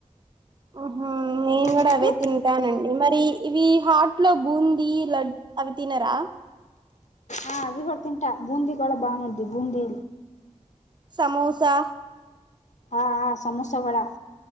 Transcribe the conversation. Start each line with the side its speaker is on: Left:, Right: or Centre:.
Right: ఆహ నేను కూడా
Left: మీకు
Right: అవే తింటానండి మరి ఇవి హాట్ లో బూందీ లడ్ అవి తినరా
Left: ఆ అవి బర్తిన్ బూందీ కూడా బాగు ఉంటది బూందీ
Right: సమోసా
Left: ఆ ఆ సమాసగుడ